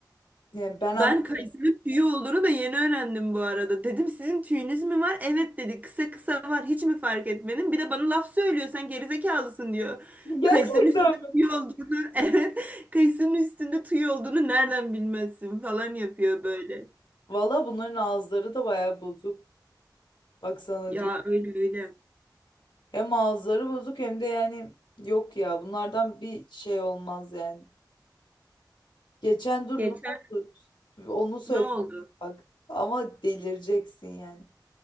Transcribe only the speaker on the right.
Ben
kayısının tüyü olduğunu da yeni öğrendim bu arada. Dedim sizin tüyünüz mü var? Evet dedi. Kısa kısa var. Hiç mi fark etmedin? Bir de bana laf söylüyor. Sen gerizekalısın diyor.
Kayısının üstünde
tüy olduğunu, <laughs> evet. Kayısının üstünde tüy olduğunu nereden bilmezsin falan yapıyor böyle.
Ya
öyle öyle.
Geçen
ne oldu?